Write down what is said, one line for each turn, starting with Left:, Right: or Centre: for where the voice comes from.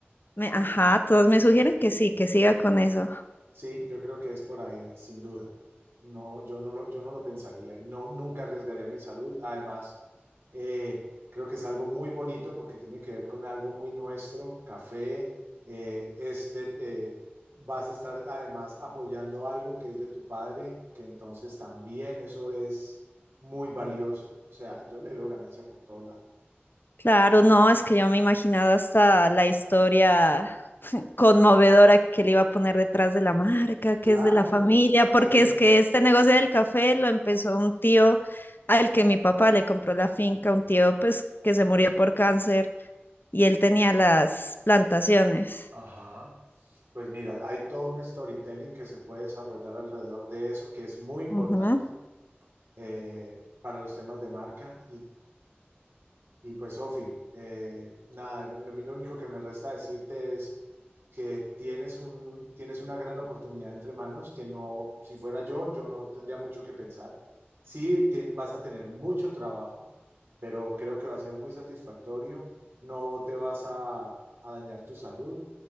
Left: me, ajá, todos me sugieren que sí, que siga con eso.
Right: Sí, yo creo que es por ahí, sin duda. No, yo no lo, yo no lo pensaría. y No, nunca arriesgaría mi salud. Además, eh, creo que es algo muy bonito porque tiene que ver con algo muy nuestro. Café, eh, es de, eh, vas a estar además apoyando algo que es de tu padre, que entonces también eso es muy valioso. O sea, yo le veo ganancia por todo lado.
Left: Claro, no, es que yo me imaginaba hasta la historia <laughs> conmovedora que le iba a poner detrás de la marca, que
Right: Claro,
Left: es de la familia, porque
Right: hay que,
Left: es que este negocio del café lo empezó un tío al que mi papá le compró la finca, un tío pues que se murió por cáncer y él tenía las plantaciones.
Right: Ajá. pues mira, hay todo un storytelling que se puede desarrollar alrededor de eso, que es muy importante
Left: Ujú,
Right: eh, para los temas de marca Y pues, Sofi, eh, nada, lo, lo- lo único que me resta decirte es que tienes un, tienes una gran oportunidad entre manos, que no, si fuera yo, yo no tendría mucho que pensar. Sí, tien- vas a tener mucho trabajo, pero creo que va a ser muy satisfactorio. No te vas a, a dañar tu salud.